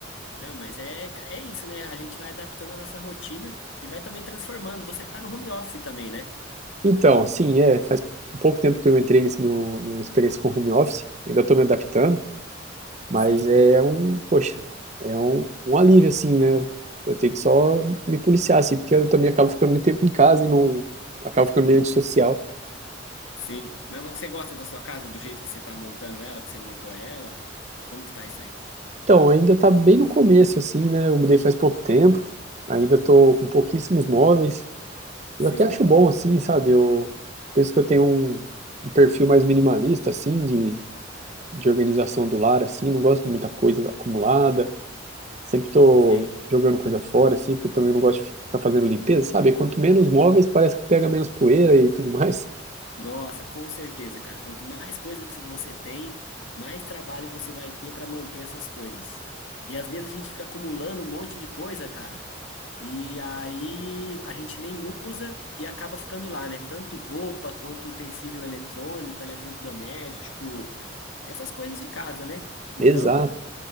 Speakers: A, on the left; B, on the right.
A: Não, mas é, é isso, né? A gente vai adaptando a nossa rotina e vai também transformando. Você tá no home office também, né?
B: Então, sim, é, faz um pouco tempo que eu entrei nesse, no, numa experiência com home office, ainda estou me adaptando, mas
A: Sim,
B: é um, poxa, é um, um alívio, assim, né? Eu tenho que só me policiar, assim, porque eu também acabo ficando muito tempo em casa e não, acabo ficando meio antissocial.
A: sim. Mas você gosta da sua casa, do jeito que você tá montando ela, que você montou ela? Como que tá isso aí?
B: Então, ainda tá bem no começo, assim, né? Eu mudei faz pouco tempo, ainda tô com pouquíssimos móveis.
A: Sim,
B: Eu até acho bom, assim, sabe? Eu penso que eu tenho um, um perfil mais minimalista, assim, de, de organização do lar, assim. Não gosto de muita coisa acumulada. Sempre tô
A: sim.
B: jogando coisa fora, assim, porque eu também não gosto de ficar fazendo limpeza, sabe? Quanto menos móveis, parece que pega menos poeira e tudo mais.
A: Nossa, com certeza, cara. Quanto mais coisa que você tem, mais trabalho você vai ter para manter essas coisas. E às vezes a gente fica acumulando um monte de coisa, cara. E aí a gente nem usa e acaba ficando lá, né? Tanto roupa quanto utensílio eletrônico, eletrodoméstico, essas coisas de casa, né? Então,
B: <laughs> Exato,